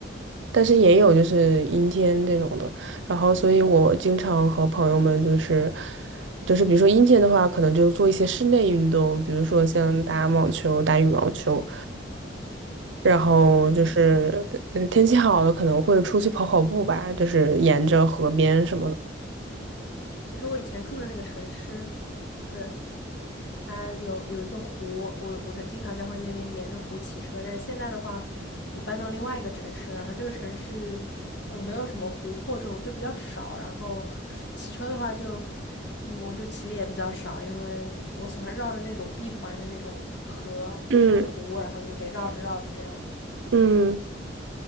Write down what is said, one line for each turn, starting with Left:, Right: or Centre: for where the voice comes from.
Right: 但是也有就是阴天这种的，然后所以我经常和朋友们就是，就是比如说阴天的话，可能就做一些室内运动，比如说像打网球、打羽毛球，然后就是嗯天气好了可能会出去跑跑步吧，
Left: 嗯。
Right: 就是沿着河边什么的。
Left: 对，其实我以前住的那个城市，是它有有一个湖，我我在经常在会那边沿着湖骑车，但现在的话，我搬到另外一个城市了，然后这个城市就没有什么湖泊这种，就比较少，然后 <laughs> 骑车的话就，嗯，我就骑的也比较少，因为我喜欢绕着那种闭环的那种河，就一个湖，
Right: 嗯
Left: 然后你就可以绕着绕着这样，
Right: 嗯，